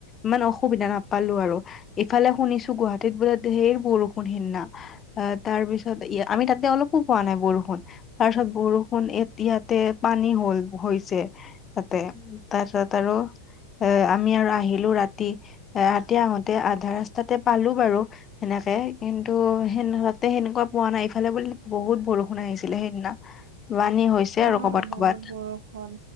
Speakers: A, on the left (about 25°); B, on the right (about 70°).
A: ইমান অসুবিধা নাপালোঁ আৰু ইফালে শুনিছো গুৱাহাটীত বোলে ধেৰ বৰষুণ সেইনা। আহ, তাৰ পিছত আমি তাতে অলপো পোৱা নাই বৰষুণ তাৰপিছত বৰষুণ এতিয়াতে পানী হল হৈছে তাতে তাৰপিছত আৰু এ আমি আৰু আহিলোঁ ৰাতি এ ৰাতি আহোতে আধা ৰাস্তাতে পালো বাৰু এনেকে কিন্তু সে <unintelligible> তাতে সেনেকুৱা পোৱা নাই ইফালে বুলি বহুত বৰষুণ আহিছিলে সেইদিনা পানী হৈছে আৰু
B: অ
A: কবাত-
B: বহুত
A: কবাত।
B: বৰষুণ